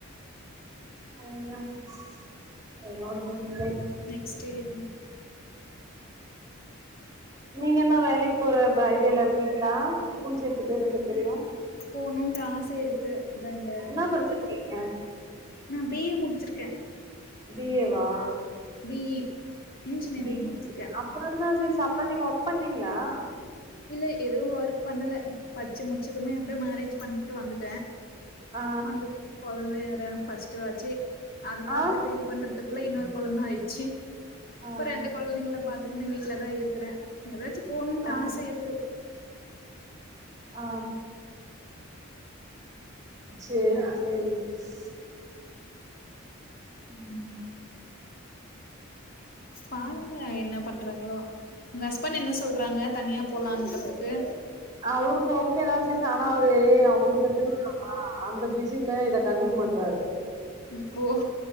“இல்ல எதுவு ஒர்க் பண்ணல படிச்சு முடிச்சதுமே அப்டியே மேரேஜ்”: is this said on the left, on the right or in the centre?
Left